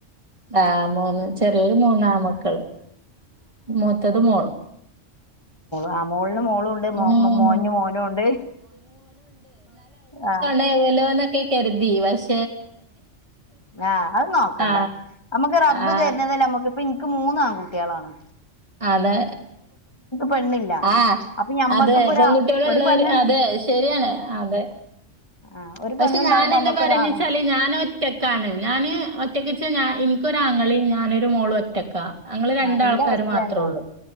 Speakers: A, on the right; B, on the left.
A: ആഹ മൂന്ന് ചെറിയൊരു മൂന്നാൺമക്കള് മൂത്തത് മോളും
B: ആഹ മോളിന് മോളു ണ്ട്
A: ഉം
B: മോന് ന് മോനുണ്ട് ആഹ
A: <unintelligible> ന്ന കരുതി പഷ
B: ആഹ അത് നോക്കണ്ട
A: ആ
B: നമ്മക്ക് റബ്ബ്
A: ആ
B: തരുന്നതല്ല നമക്ക് ഇപ്പ ന്ക്ക് ക്ക് മൂന്നാൺ കുട്ടികളാണ്
A: അതെ
B: പെണ്ണില്ല
A: ആഹ
B: അപ്പൊ ഞമ്മക്കിപ്പോ
A: അതെ
B: ഒരു
A: പെൺകുട്ടിള്
B: ഒരു
A: ള്ളോർ
B: പെണ്ണുണ്ട്
A: അതെ ശരിയാണ് അതെ
B: ആഹ ഒരു
A: ക്ഷെ
B: പെണ്ണുണ്ടാവുമ്പോ
A: ഞാനെന്താ
B: നമ്മക്കൊരാണ്
A: പറണീച്ചാല് ഞാനൊ റ്റക്കാണ് ഞാന് ഒറ്റക്കച്ച ഇൻക്കൊരങ്ങളീം ഞാനൊരു മോളും ഒറ്റക്ക നങ്ങള് രണ്ടാൾക്കാര്
B: ആ എന്റെ അവസ്ഥ
A: മാത്രള്ളൂ
B: തന്നെ